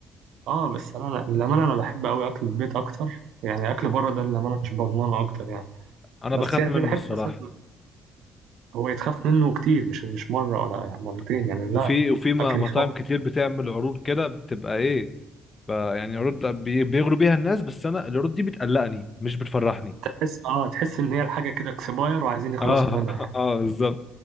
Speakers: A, on the right (about 75°); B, on the left (about 35°).
A: اه بس انا أنا- للامانه انا بحب قوي اكل البيت اكتر يعني اكل بره ده للامانه مش بضمانه اكتر يعني
B: انا
A: بس
B: بخاف
A: يعني
B: منه
A: بحب
B: الصراحه
A: مثلا هو يتخاف منه كتير مش مش مره ولا يعني مرتين
B: و-
A: يعني لا
B: وفي وفي م-
A: اكل يخوف
B: مطاعم كتير بتعمل عروض كده بتبقى ايه ب- يعني عروض بي- بيغروا بيها الناس بس انا العروض دي بتقلقني مش بتفرحني
A: تحس اه تحس ان هي الحاجه كده اكسباير وعايزين
B: اه
A: يخلصوا
B: <laughs>
A: منها يعني
B: اه بالظبط